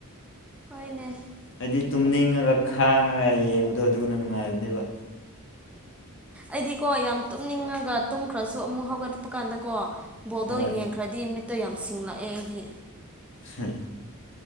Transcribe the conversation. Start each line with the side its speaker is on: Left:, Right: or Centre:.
Centre: ꯍꯣꯏꯅꯦ
Left: ꯍꯥꯏꯗꯤ ꯇꯨꯝꯅꯤꯡꯉꯒ
Centre: ꯑꯗꯨ
Left: ꯈꯥꯡꯉꯒ ꯌꯦꯡꯕꯗꯣ ꯑꯗꯨꯅ ꯅꯨꯡꯉꯥꯏꯕꯅꯦꯕ
Centre: ꯑꯩꯗꯤꯀꯣ ꯌꯥꯝ ꯇꯨꯝꯅꯤꯡꯉꯒ ꯇꯨꯝꯈ꯭ꯔꯁꯨ ꯑꯃꯨꯛ ꯍꯧꯒꯠꯄ ꯀꯥꯟꯗ ꯀꯣ ꯕꯣꯜꯗꯣ
Left: ꯍꯣꯏ
Centre: ꯌꯦꯡꯈ꯭ꯔꯗꯤ ꯃꯤꯠꯇꯣ ꯌꯥꯝ ꯁꯤꯡꯂꯛꯑꯦ ꯑꯩꯗꯤ
Left: ꯍ